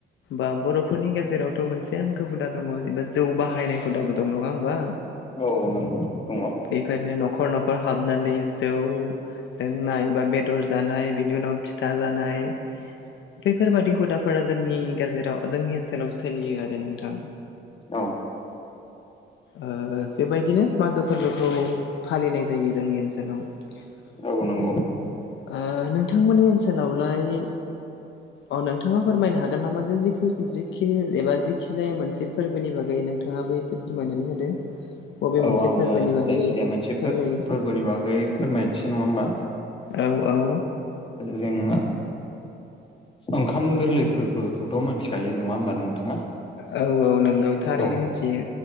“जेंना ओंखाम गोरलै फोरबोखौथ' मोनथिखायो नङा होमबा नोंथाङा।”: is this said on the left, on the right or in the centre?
Left